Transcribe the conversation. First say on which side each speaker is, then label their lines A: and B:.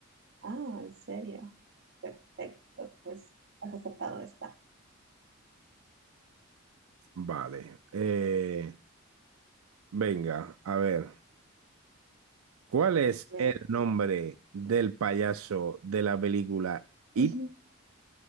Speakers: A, on the right; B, on the right.
A: Ah, en serio. Perfecto, pues has aceptado esta.
B: Vale. eh, venga, a ver. ¿Cuál es
A: Ven,
B: el nombre del payaso de la película It?
A: <laughs>